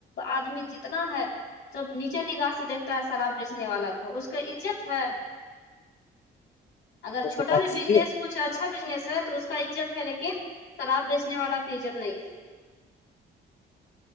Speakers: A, on the left (about 65°); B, on the left (about 35°).
A: آدمی جتنا ہے سب نیچے نگاہ سے دیکتا ہے شراب بیچنے والا کو اس کا عزت ہے اگر
B: وہ
A: چھوٹا
B: تو بات
A: س
B: صحیح
A: بزنس
B: ہے
A: کچھ اچھا بزنس ہے تو اس کا عزت ہے لیکن شراب بیچنے والا کی عزت نہیں ہے